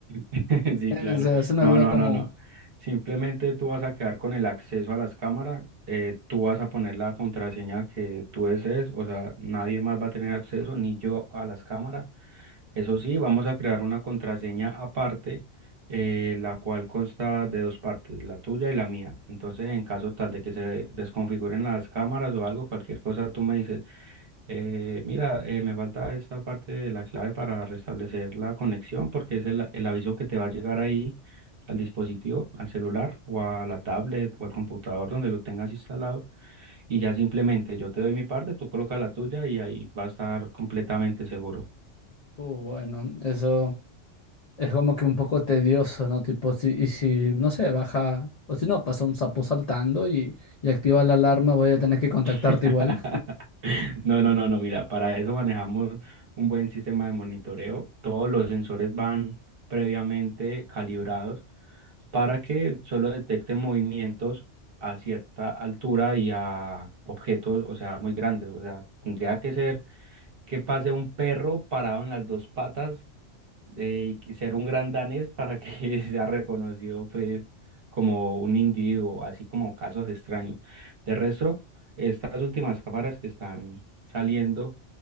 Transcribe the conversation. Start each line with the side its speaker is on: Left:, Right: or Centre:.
Right: <laughs> Sí,
Left: Es,
Right: claro.
Left: es una
Right: No,
Left: duda
Right: no,
Left: como,
Right: no, no. Simplemente tú vas a quedar con el acceso a las cámaras, eh, tú vas a poner la contraseña que tú desees, o sea, nadie más va a tener acceso, ni yo a las cámaras. Eso sí, vamos a crear una contraseña aparte, eh, la cual consta de dos partes, la tuya y la mía. Entonces, en caso tal de que se desconfiguren las cámaras o algo, cualquier cosa, tú me dices, eh, mira, eh, me falta esta parte de la clave para restablecer la conexión porque es el, el aviso que te va a llegar ahí al dispositivo, al celular o a la tablet o al computador donde lo tengas instalado y ya simplemente yo te doy mi parte, tú colocas la tuya y ahí va a estar completamente seguro.
Left: uh, bueno, eso es como que un poco tedioso, ¿no? Tipo, si, y si, no sé, baja, o si no, pasa un sapo saltando y, y activa la alarma, voy a tener que contactarte
Right: <laughs>
Left: igual.
Right: No, no, no, no, mira, para eso manejamos un buen sistema de monitoreo. Todos los sensores van previamente calibrados para que solo detecte movimientos a cierta altura y a objetos, o sea, muy grandes. O sea, tendría que ser que pase un perro parado en las dos patas eh, y ser un gran danés para que <laughs> sea reconocido, pues, como un individuo, así como casos extraños. De resto, estas últimas cámaras que están saliendo,